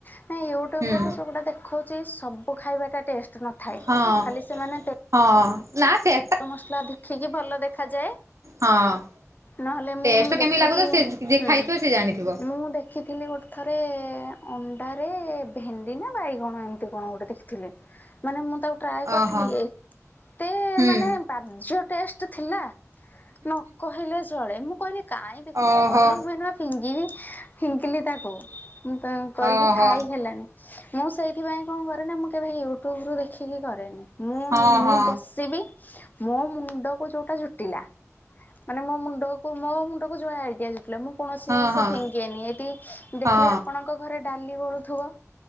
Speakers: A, on the left; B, on the right.
A: ନାଇଁ ୟୁଟ୍ୟୁବ
B: ହୁଁ
A: ରେ ବି ସବୁଟା ଦେଖାଉ ସେ ସବୁ ଖାଇବାଟା ଟେଷ୍ଟ ନ ଥାଏ,
B: ହଁ
A: ଖାଲି ସେମାନେ ତେ-
B: ହଁ, ନା ସେ
A: ମସଲା ଦେଖିକି ଭଲ ଦେଖାଯାଏ।
B: ହଁ।
A: ନହେଲେ, ମୁଁ
B: ଟେଷ୍ଟ କେମିତି
A: ଦେଖିକି,
B: ଲାଗୁଥିବ ସେ ଯିଏ
A: ହୁଁ,
B: ଖାଇଥିବ ସେ ଜାଣିଥିବ
A: ମୁଁ ଦେଖ ଦେଖିଥିଲି, ଗୋଟେ ଥରେ ଅଣ୍ଡାରେ ଭେଣ୍ଡି ନା ବାଇଗଣ ଏମିତି କଣ ଗୋଟେ ଦେଖିଥିଲି ମାନେ ମୁଁ ତାକୁ ଟ୍ରାଏ କରିଥିଲି
B: ଓହୋ
A: ଏତେ
B: ହୁଁ
A: ମାନେ ବାଜ୍ୟ ଟେଷ୍ଟ ଥିଲା ନ କହିଲେ ଚଳେ, ମୁଁ କହିଲି କାଇଁ ବେକାର
B: ଓହୋ
A: କଲି ମେହେନତ ଫିଙ୍ଗିବି, ଫିଙ୍ଗିଲି ତାକୁ, ତ କରିକି
B: ଓହୋ
A: ଖାଇ ହେଲାନି। ମୁଁ ସେଇଥିପାଇଁ କଣ କରେ ନା, ମୁଁ କେବେ ୟୁଟ୍ୟୁବ ରୁ ଦେଖିକି କରେନି। ମୁଁ,
B: ହଁ
A: ମୁଁ
B: ହଁ
A: ବସିବି, ମୋ ମୁଣ୍ଡକୁ ଯୋଉଟା ଜୁଟିଲା ମାନେ ମୋ ମୁଣ୍ଡକୁ, ମୋ ମୁଣ୍ଡକୁ ଯଉ ଆଇଡିଆ ଜୁଟି ଲା ମୁଁ କୌଣସି
B: ହଁ
A: ଜିନିଷ
B: ହଁ
A: ଫିଙ୍ଗେନି, ଏଇଠି ଦେଖିବେ
B: ହଁ
A: ଆପଣଙ୍କ ଘରେ ଡାଲି ବଳୁଥିବ-